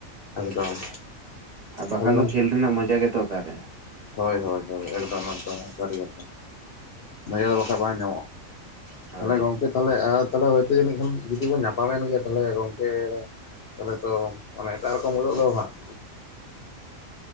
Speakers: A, on the left; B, on the right.
A: ᱮᱠᱫᱚᱢ
B: ᱟᱨ ᱵᱟᱠᱷᱟᱱ
A: ᱛᱟᱦᱚᱞᱮ
B: ᱫᱚ
A: ᱜᱚᱝᱠᱮ
B: ᱠᱷᱮᱹᱞ ᱨᱮᱱᱟᱜ ᱢᱚᱡᱟ ᱜᱮᱛᱚ ᱚᱠᱟᱨᱮ
A: ᱦᱳᱭ ᱦᱳᱭ ᱦᱳᱭ ᱮᱠᱫᱚᱢ ᱮᱠᱫᱚᱢ ᱥᱟᱹᱨᱤ ᱠᱟᱛᱷᱟ ᱢᱟᱡᱟ ᱫᱚ ᱵᱟᱠᱷᱟᱡ ᱵᱟᱝ ᱧᱟᱢᱚᱜᱼᱟ
B: ᱦᱳᱭ
A: ᱛᱟᱞᱦᱮ ᱜᱚᱝᱠᱮ ᱛᱟᱞᱦᱮ ᱛᱟᱞᱦᱮ ᱦᱳᱭᱛᱚ ᱡᱟᱹᱱᱤᱜ ᱠᱷᱟᱱ ᱡᱩᱫᱤ ᱵᱚᱱ ᱧᱟᱯᱟᱢᱮᱱ ᱜᱮᱭᱟ ᱛᱟᱞᱦᱮ ᱜᱚᱝᱠᱮ ᱛᱟᱦᱚᱞᱮ ᱛᱚ ᱢᱟᱱᱮ ᱮᱴᱟᱜ ᱨᱚᱠᱚᱢ ᱜᱚᱫᱚᱜ ᱫᱚ ᱦᱟᱸᱜ